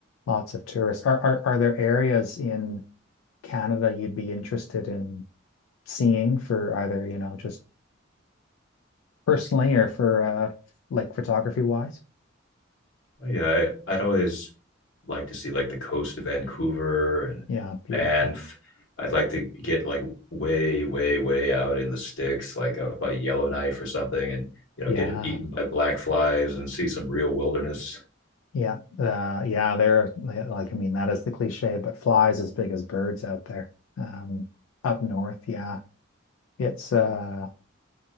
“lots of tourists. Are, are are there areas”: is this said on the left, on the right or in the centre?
Left